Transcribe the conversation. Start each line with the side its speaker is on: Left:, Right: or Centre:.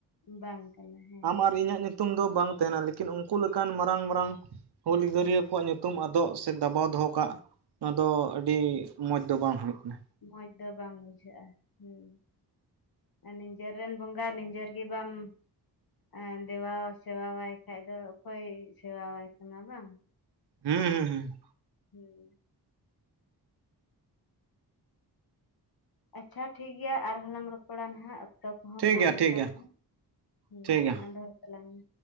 Left: ᱵᱟᱝ
Right: ᱾
Left: ᱠᱟᱱᱟ ᱦᱮᱸ
Right: ᱟᱢ ᱟᱨ ᱤᱧᱟᱹᱜ ᱧᱩᱛᱩᱢ ᱫᱚ ᱵᱟᱝ ᱛᱟᱦᱮᱱᱟ ᱞᱮᱠᱤᱱ ᱩᱱᱠᱩ ᱞᱮᱠᱟᱱ ᱢᱟᱨᱟᱝ ᱢᱟᱨᱟᱝ ᱦᱩᱞ ᱜᱤᱨᱭᱟᱹ ᱠᱚᱣᱟᱜ ᱧᱩᱛᱩᱢ ᱟᱫᱚᱜ ᱥᱮ ᱫᱟᱵᱟᱣ ᱫᱚᱦᱚ ᱠᱟᱜ ᱱᱚᱣᱟ ᱫᱚ ᱟᱹᱰᱤ ᱢᱚᱡᱽ ᱫᱚ ᱵᱟᱝ ᱦᱩᱭᱩᱜ ᱠᱟᱱᱟ᱾
Left: ᱢᱚᱸᱡᱽ ᱫᱚ ᱵᱟᱝ ᱵᱩᱡᱷᱟᱹᱜᱼᱟ, ᱦᱩᱸ᱾ ᱱᱤᱡᱮᱨ ᱨᱮᱱ ᱵᱚᱸᱜᱟ ᱱᱤᱡᱮᱨ ᱜᱮ ᱵᱟᱢ ᱮᱸ ᱫᱮᱵᱟ ᱥᱮᱵᱟ ᱟᱭ ᱠᱷᱟᱡ ᱫᱚ ᱚᱠᱚᱭ ᱥᱮᱵᱟᱣᱟᱭ ᱛᱟᱢᱟ ᱵᱟᱝ᱾
Right: ᱦᱩᱸ, ᱦᱩᱸ, ᱦᱩᱸ᱾
Left: ᱦᱩᱸ᱾ ᱟᱪᱪᱷᱟ ᱴᱷᱤᱠ ᱜᱮᱭᱟ ᱟᱨᱦᱚᱸᱞᱟᱝ ᱨᱚᱯᱚᱲᱟ ᱱᱟᱦᱟᱜ᱾ ᱚᱠᱛᱚ ᱠᱚᱦᱚᱸ
Right: ᱴᱷᱤᱠ
Left: ᱠᱚᱢ
Right: ᱜᱮᱭᱟ
Left: ᱜᱮᱛᱟ
Right: ᱴᱷᱤᱠ ᱜᱮᱭᱟ
Left: ᱯᱮᱭᱟ ᱦᱩᱸ
Right: ᱴᱷᱤᱠ ᱜᱮᱭᱟ
Left: ᱢᱟ ᱫᱚᱦᱚᱭ ᱛᱟᱞᱟᱝ ᱢᱮ᱾